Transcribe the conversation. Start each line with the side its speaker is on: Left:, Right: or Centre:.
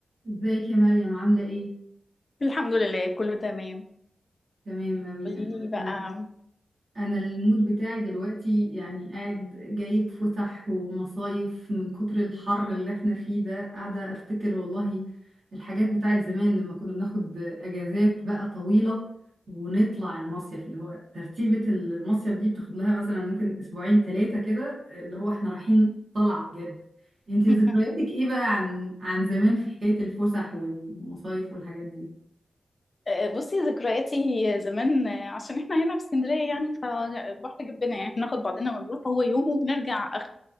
Right: ازيك يا مريم عاملة ايه؟
Left: الحمد لله كله تمام
Right: تمام اوي
Left: قولي
Right: انا
Left: لي بقى
Right: انا انا المود بتاعي دلوقتي يعني قاعد جايب فسح ومصايف من كتر الحر اللي احنا فيه ده قاعدة افتكر والله الحاجات بتاعت زمان لما كنا بناخد اجازات بقى طويلة ونطلع المصيف اللي هو ترتيبة المصيف دي بتاخد لها مثلا ممكن اسبوعين ثلاثة كده اللي هو احنا رايحين طلعة بجد انتي
Left: <laughs>
Right: ذكرياتك ايه بقى عن عن زمان في حكاية الفسح والمصايف والحاجات دي؟
Left: آه، بصي ذكرياتي زمان آه، عشان احنا هنا في اسكندريه يعني فالبحر جنبنا يعني بناخد بعضنا ونروح هو يوم وبنرجع اخر